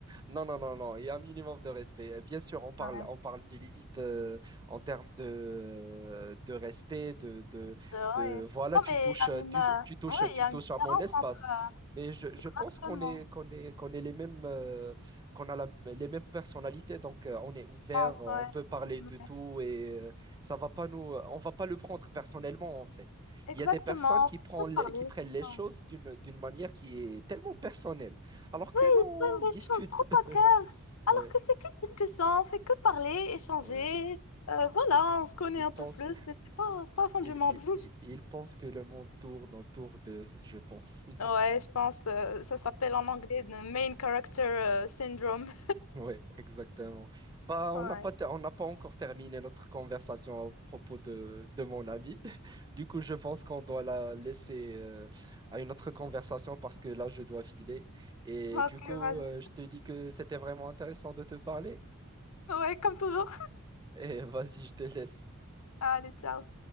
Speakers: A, on the right (about 20°); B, on the left (about 80°).
A: Non, non, non, non, il y a un minimum de respect. Euh, Bien sûr, on parle,
B: Ouais,
A: on parle des limites euh, en termes de, de respect, de, de,
B: c'est vrai.
A: de- voilà,
B: Non,
A: tu
B: mais
A: touches,
B: il y a
A: euh,
B: une,
A: tu,
B: euh,
A: tu touches,
B: ouais,
A: tu
B: il y a
A: touches
B: une différence
A: à mon espace.
B: entre. euh,
A: Mais je, je
B: Exactement.
A: pense qu'on est, qu'on est, qu'on est les mêmes, euh, qu'on a la- les mêmes personnalités, donc euh, on est ouvert,
B: Je pense,
A: euh, on
B: ouais.
A: peut parler
B: Ouais.
A: de tout et euh, ça va pas nous, euh, on va pas le prendre personnellement en fait.
B: Exactement.
A: Il y a des personnes qui prennent,
B: Faut parler.
A: qui prennent les
B: Ouais.
A: choses d'une, d'une manière qui est tellement personnelle. Alors que
B: Ils
A: non,
B: prennent
A: on discute.
B: les choses trop
A: <laughs>
B: à cœur, alors
A: Ouais,
B: que c'est que discussion, on fait que parler, échanger.
A: ouais.
B: Euh, voilà, on se connaît
A: Il
B: un
A: pense,
B: peu plus, c'est c'est pas, c'est pas la fin
A: il,
B: du monde.
A: il, il
B: <laughs>
A: il pense que le monde tourne autour de, je pense. <laughs>
B: Ouais, je pense, euh, ça s'appelle en anglais le main character euh, syndrome.
A: Ouais, exactement. Bah,
B: Ouais.
A: on n'a pas, ter- on n'a pas encore terminé notre conversation à propos de, de mon ami. <laughs> Du coup, je pense qu'on doit la laisser euh, à une autre conversation parce que là, je dois filer. Et
B: Ok,
A: du coup,
B: vas-y.
A: euh, je te dis que c'était vraiment intéressant de te parler.
B: Ouais, comme toujours.
A: Et <laughs> vas-y, je te laisse.
B: Allez, ciao.